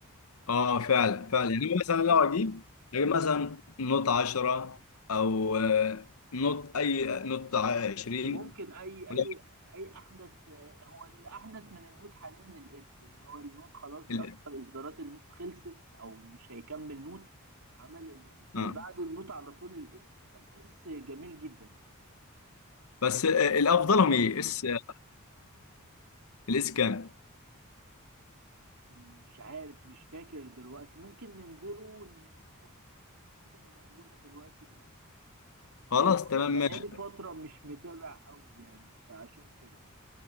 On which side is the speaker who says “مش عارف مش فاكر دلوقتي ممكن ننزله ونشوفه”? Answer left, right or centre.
Right